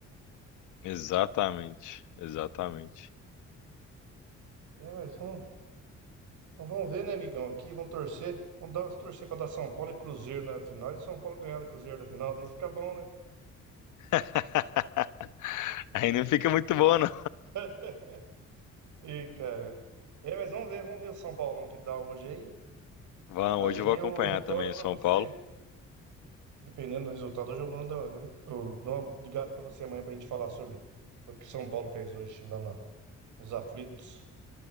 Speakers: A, on the left; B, on the right.
A: Exatamente. Exatamente.
B: É, mas vamos. Então vamos ver, né, amigão? Aqui, vamos torcer. Vamos dar, torcer pra dar São Paulo e Cruzeiro na final. E São Paulo ganhar do Cruzeiro na final, daí fica bom, né?
A: <laughs> Aí não fica muito bom, não.
B: <laughs> Ih, cara. É, mas vamos ver, vamos ver o São Paulão que dá hoje aí.
A: Vamos,
B: Aí
A: hoje eu vou acompanhar
B: eu retorno
A: também
B: pra
A: o São
B: você.
A: Paulo.
B: Dependendo do resultado, hoje eu mando, eu dou uma ligada pra você amanhã pra gente falar sobre o que São Paulo fez hoje lá na, nos aflitos.